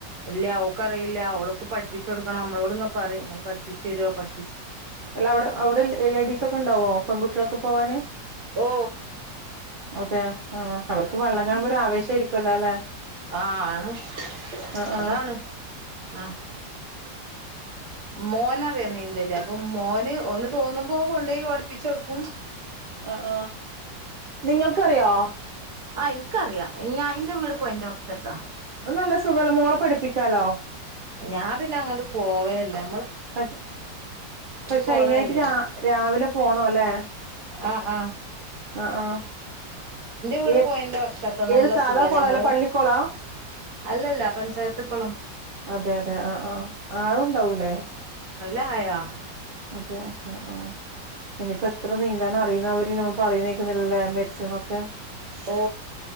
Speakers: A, on the right; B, on the right.
A: ഇല്ല ഓക്കറിയില്ല ഒളക്ക് പഠ പഠപ്പിച്ചുകൊടുക്കണം നമ്മളോട് ഇങ്ങങ് പറയും നിങ്ങള് പഠിപ്പിച്ചു തരുവോ? പഠി
B: അല്ല അവിടെ അവിടെ ലേഡീസ് ഒക്കെ ഉണ്ടാവോ? പെൺകുട്ടളൊക്കെ പോവാനെ
A: ഓ
B: അതെ ആ അവർക്ക് വെള്ളം കാണുമ്പോ ഒരു ആവേശ ആരിക്കുവല്ലോ അല്ലെ?
A: ആ ആണ്
B: ആ ആ
A: അതാണ് ആ മോനറിയാ നീന്തല് അപ്പൊ മോന് ഒന്ന് തോന്നുമ്പോ കൊണ്ടപോയി പഠപ്പിച്ചുകൊടുക്കും.
B: ആ ആ നിങ്ങൾക്കറിയോ?
A: ആ എനിക്കറിയാം ഞ അയിൻന്റെ വീട് പോയ എറെ വക്കത്താ
B: നല്ല സുഖലമോളെ പഠിപ്പിക്കാലോ
A: ഞാൻ പിന്നെ അങ്ങോട്ട് പോവയല്ലോ
B: പക്ഷെ പക്ഷെ
A: കൊളല്ലേ
B: അയിനായിട്ട് രാവിലെ പോണ അല്ലെ
A: ആഹ ആഹ
B: ആഹ ആഹ
A: വീട്
B: ഏ
A: പൊഴന്റെ വക്കത്താ നല്ല
B: ഏത് സാധാ
A: സുഖാ
B: കൊള
A: ഞമ്മള്
B: അല്ല പള്ളിക്കോളാ
A: അല്ലല്ല പഞ്ചായത്ത് കുളം
B: അതെ അതെ ആഹ ആഹ് ആഴുണ്ടാവല്ലേ
A: അല്ല ആോ
B: അതെ ആഹ ആഹ ഇനിപ്പൊ ഇത്ര നീന്താൻ അറിയുന്നവര് നമ്മ അറിയുന്നേക്കുന്നില്ലല്ലേ മരിച്ചു എന്നൊക്കെ
A: ഓ